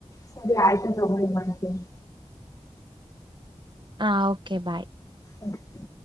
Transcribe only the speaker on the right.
ಹಾ ಓಕೆ ಬಾಯ್